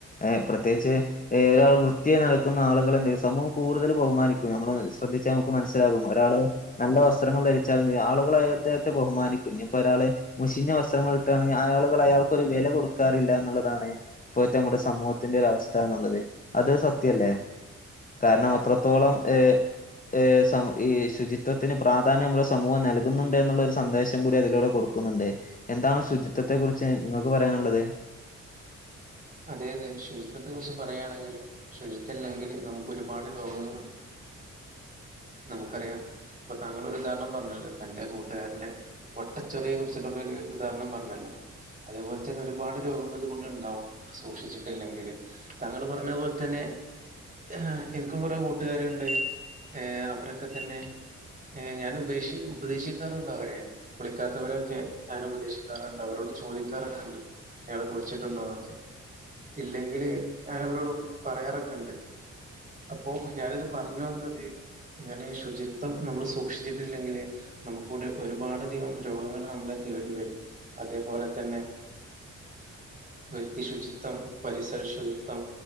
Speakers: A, on the left (about 25°); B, on the right (about 25°).
A: ഏഹ് പ്രത്യേകിച്ച് ഏഹ് ഒരാൾ വൃത്തിയായി ന്നടക്കുന്ന ആളുകളെ എന്തെയ്യും സമൂഹം കൂടുതൽ ബഹുമാനി ക്കും ന്നമ്മളത് ശ്രദ്ധിച്ചാൽ അമുക്ക് മനസ്സിലാകും ഒരാള് ന്നല്ല വസ് ത്രങ്ങള് ധരിച്ചാലെന്തെയ്യും ആളുകള് ളഅദ്ദേഹത്തെ ബഹുമാനി ഇഞ്ഞിപ്പൊരാള് മുഷിഞ്ഞ വസ്ത്രങ്ങള് ഇട്ടാണെങ്കി അയാള്കൾ അയാൾക്കൊരു വെല കൊടുക്കാറില്ല എന്നുള്ളതാണ് ഇപ്പോഴത്തെ തമ്മുടെ സമൂഹത്തിന്റെ ഒരവസ്ഥാന്നുള്ളത് അത് സത്യല്ലേ കാരണം അത്രത്തോളം ഏ് ഏ് സമം ഈ ശുചി ത്യത്തിന് പ്രാധാന്യം അമ്മള് സമൂഹം നൽകുന്നുണ്ട് എന്നുള്ളൊരു സന്ദേശ് വും കൂടി അതിലൂടെ കൊടുക്കുന്നുണ്ട് എന്താണ് ശുചിത്വത്തെ കുറിച്ച് ഇങ്ങക്ക് പറയാനുള്ളത്
B: അതേ അതേ ശുചിത്വത്തെ കുറിച്ച് പറയാണെങ്കില് ശുചിത്വല്ലെങ്കില് ന്നമുക്ക് ഒരുപാട് രോഗങ്ങള് ന്നമുക്കറിയാം ഇപ്പൊ താങ്കളൊരു ഉദാഹരണം പറഞ്ഞല്ലോ തന്റെ കൂട്ടാരന്റെ വട്ടച്ചൊറിയെ കുറിച്ചിട്ട്ള്ളൊര് ഉദാഹരണം പർഞ്ഞല്ലോ അതേപോൽ തന്നെ ഒരുപാട് രോഗങ്ങൾ അതുകൊണ്ട് ഇണ്ടാഉം സൂക്ഷിച്ചിട്ടില്ലെങ്കില് താങ്കൾ പർഞ്ഞ പോൽ തന്നെ ആഹ് എൻക്കും കൊറേ കൂട്ടുകാര് ഇണ്ട് ഏഹ് അവരൊക്കതന്നേ ഏഹ് ഞാന് ഉപേശികും ഉപദേശിക്കാറുണ്ടവരേ കുളിക്കാത്തവരേഒക്കെ ഞാന് ഉപദേശിക്കാറാണ്ട് അവരോട് ചോദിക്കാറൊക്കെണ്ട് ഇയാള് കുളിച്ചിട്ടുണ്ടോന്നൊക്കെ ഇല്ലെങ്കില് ഞാന അവരോടും പറയാറൊക്കെണ്ട് അപ്പോ ഞാനിത് പറഞ്ഞു വന്നത് ഇങ്ങനെ ശുചിത്വം ന്നമ്മള് സൂക്ഷിച്ചിട്ടില്ലങ്കില് ന്നമുക്കൂടി ഒരുപാട അധികം രോഗങ്ങള് നമ്മളെ തേടി വെരും അതേപോല തന്നെ വ്യക്തി ശുചി ത്തം പരിസര ശുചിത്തം